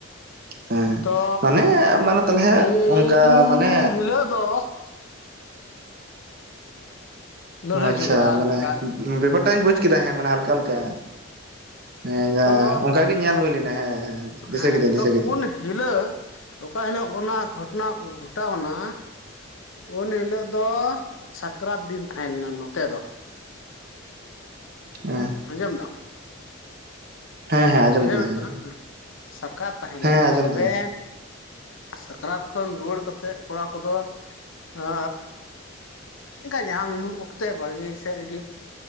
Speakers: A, on the right; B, on the left.
A: ᱦᱮᱸ
B: ᱛᱚ
A: ᱢᱟᱱᱮ ᱢᱟᱱᱮ ᱛᱟᱦᱚᱞᱮ
B: ᱤᱱ
A: ᱚᱱᱠᱟ ᱢᱟᱱᱮ
B: ᱦᱤᱞᱟᱹᱜ ᱫᱚ ᱞᱟᱹᱲᱦᱟᱹᱭ
A: ᱚᱸ ᱟᱪᱪᱷᱟ
B: ᱡᱷᱚᱜᱽᱲᱟ
A: ᱢᱟᱱᱮ
B: ᱞᱮᱠᱟ
A: ᱵᱮᱯᱟᱨ ᱴᱟᱜ ᱤᱧ ᱵᱩᱡ ᱠᱮᱫᱟ ᱦᱮᱸ ᱢᱟᱱᱮ ᱦᱟᱞᱠᱟ ᱦᱟᱞᱠᱟ ᱦᱮᱸ
B: ᱛᱚ
A: ᱚᱱᱠᱟ ᱜᱮ ᱧᱮᱞ ᱦᱩᱭ ᱞᱮᱱᱟ ᱦᱮᱸ ᱦᱮᱸ ᱫᱤᱥᱟᱹ
B: ᱦᱮᱸ
A: ᱠᱤᱫᱟᱹᱧ ᱫᱤᱥᱟᱹ
B: ᱛᱚ
A: ᱠᱤᱫᱟᱹᱧ
B: ᱩᱱ ᱦᱤᱞᱳᱜ ᱚᱠᱟ ᱦᱤᱞᱳᱜ ᱚᱱᱟ ᱜᱷᱚᱴᱚᱱᱟ ᱜᱷᱚᱴᱟᱣᱱᱟ, ᱩᱱ ᱦᱤᱞᱳᱜ ᱫᱚ ᱥᱟᱠᱨᱟᱛ ᱫᱤᱱ ᱛᱟᱦᱮᱸ ᱞᱮᱱᱟ ᱱᱚᱛᱮ ᱫᱚ,
A: ᱦᱮᱸ
B: ᱟᱸᱡᱚᱢ ᱫᱟᱢ,
A: ᱦᱮᱸ ᱦᱮᱸ ᱟᱸᱡᱚᱢ
B: ᱟᱸᱡᱚᱢᱮᱫ
A: ᱠᱤᱫᱟᱹᱧ
B: ᱠᱟᱱᱟ
A: ᱟᱸᱡᱚᱢ
B: ᱦᱮᱸ ᱥᱟᱠᱨᱟᱛ ᱛᱟᱦᱮᱸ
A: ᱦᱮᱸ
B: ᱞᱮᱱᱟ
A: ᱟᱸᱡᱚᱢ
B: ᱛᱚᱵᱮ,
A: ᱫᱟᱹᱧ
B: ᱥᱟᱠᱨᱟᱛ ᱠᱷᱚᱱ ᱨᱩᱣᱟᱹᱲ ᱠᱟᱛᱮᱜ ᱠᱚᱲᱟ ᱠᱚᱫᱚ ᱟᱻ ᱚᱱᱠᱟ ᱧᱟᱦᱟᱢ ᱧᱩᱦᱩᱢ ᱚᱠᱛᱮ ᱵᱟᱲᱜᱮ ᱥᱮᱫ ᱨᱮᱜᱮ ᱾